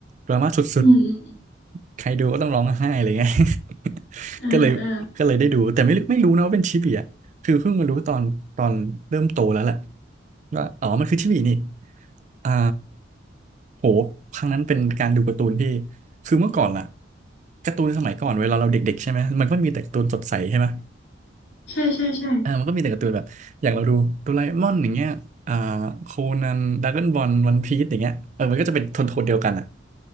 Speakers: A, on the right; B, on the left.
A: ดราม่าสุด
B: อืมอืมอืม
A: ๆใครดูก็ต้องร้องไห้อะไรเงี้ย <laughs>
B: เออเออ
A: ก็เลยก็เลยได้ดูแต่ไม่รู้ไม่รู้นะว่าเป็นชิบีอ่ะคือเพิ่งมารู้ตอนตอนเริ่มโตแล้วแหละว่าอ๋อมันคือชิบีนี่ อ่าโหครั้งนั้นเป็นการดูการ์ตูนที่คือเมื่อก่อนล่ะการ์ตูนสมัยก่อนเวลาเราเด็กๆใช่ไหมมันก็มีแต่การ์ตูนสดใสใช่ไหม
B: ใช่ใช่ใช่
A: อ่ามันก็มีแต่การ์ตูนแบบอย่างเราดูโดราเอมอนอย่างเงี้ยอ่าโคนันดราก้อนบอลวันพีซอย่างเงี้ยเออมันก็จะเป็นโทนโทนเดียวกันอ่ะ